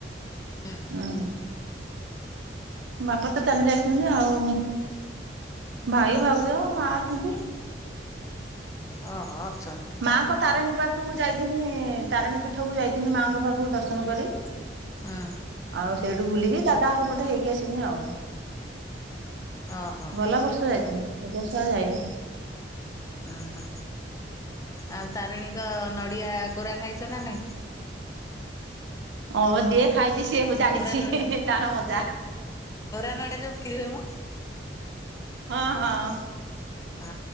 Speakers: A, on the left; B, on the right.
A: ହୁଁ।
B: ହୁଁ ବାପା ତ ଚାଲି ଯାଇଚନ୍ତି ଆଉ। ଭାଇ ଭାଉଜ। ମା ଅଛନ୍ତି।
A: ଉହୁଁ ଅଁହଁ।
B: ମାଙ୍କ ତାରିଣୀ ପାଖକୁ ଯାଇଥିନି ତାରିଣୀ ପୀଠକୁ ଯାଇଥିନି ମାଙ୍କ ପାଖକୁ ଦର୍ଶନ କରି।
A: ହୁଁ।
B: ଆଉ ସେଇଠୁ ବୁଲିକି ଦାଦା ହର ପଟେ ହେଇକି ଆସିନି ଆଉ।
A: ଓହୋ।
B: ଗଲା ବର୍ଷ ଯାଇଥିନି ଏ ବର୍ଷ ଆଉ ଯାଇନି।
A: ଉହୁଁ ଆଉ ତାରିଣୀଙ୍କ ନଡିଆ କୋରା ଖାଇଚ ନା ନାଇଁ?
B: ଅ ଯିଏ ଖାଇଛି ସିଏ ବ ଜାଣିଛି
A: କୋରା ନଡି
B: ହିଁ ହିଁ ତାର ମଜା।
A: କୋରା ନଡିଆ ଯୋଉ ବିକ୍ରି ହୁଏ ମ।
B: ହଁ ହଁ।
A: ହଁ।